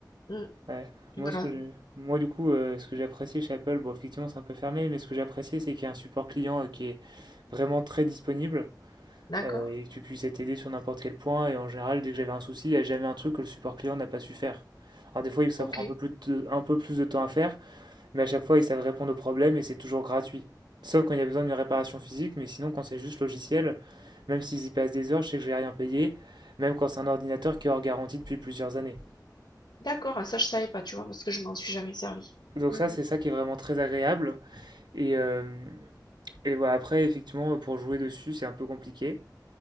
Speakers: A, on the left; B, on the right.
A: Mmh,
B: Ouais.
A: voilà,
B: Moi, ce que j'ai... Moi, du coup, euh, ce que j'ai apprécié chez Apple, bon, effectivement, c'est un peu fermé, mais ce que j'ai apprécié, c'est qu'il y a un support client euh, qui est vraiment très disponible.
A: d'accord.
B: euh, et que tu puisses être aidé sur n'importe quel point. Et en général, dès que j'avais un souci, il n'y a jamais un truc que le support client n'a pas su faire. Alors des fois, il- ça
A: OK,
B: prend un peu plus de, un peu plus de temps à faire, mais à chaque fois, ils savent répondre aux problèmes et c'est toujours gratuit. Sauf quand il y a besoin d'une réparation physique, mais sinon, quand c'est juste logiciel, même s'ils y passent des heures, je sais que je vais rien payer, même quand c'est un ordinateur qui est hors garantie depuis plusieurs années.
A: d'accord. Ah ça, je savais pas, tu vois? Parce que je m'en suis jamais servi.
B: Donc
A: Mmh,
B: ça, c'est ça qui est vraiment très agréable. Et, euh, et voilà, après, effectivement, pour jouer dessus, c'est un peu compliqué.